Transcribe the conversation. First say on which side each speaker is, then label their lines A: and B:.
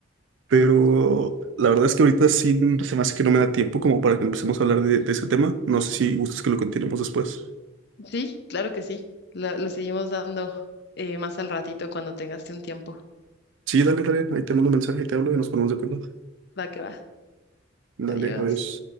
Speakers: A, on the right (about 70°); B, on the left (about 60°).
A: pero la verdad es que ahorita sí se me hace que no me da tiempo como para que empecemos a hablar de, de ese tema. No sé si gustas que lo continuemos después.
B: Sí, claro que sí. Lo, lo seguimos dando eh, más al ratito cuando tengas un tiempo.
A: Sí, dale, dale, ahí te mando un mensaje y te hablo y nos ponemos de acuerdo.
B: Va que va.
A: Dale,
B: Adiós.
A: adiós.